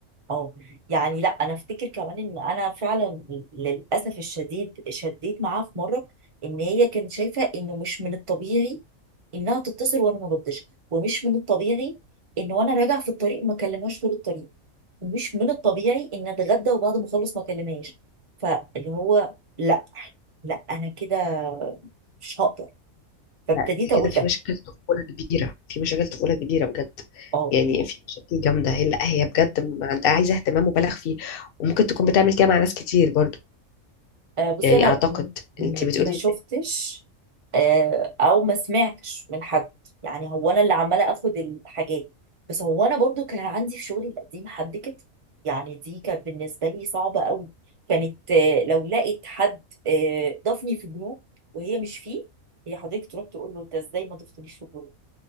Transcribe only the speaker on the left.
لا دي
كده في
مشاكل طفوله كبيره في مشاكل طفوله كبيره بجد
يعني في مشاكل جامده هي لا هي بجد ما عندها عايزه اهتمام مبالغ فيه وممكن تكون بتعمل كده مع ناس كتير برضو
يعني
اعتقد
انت بتقولي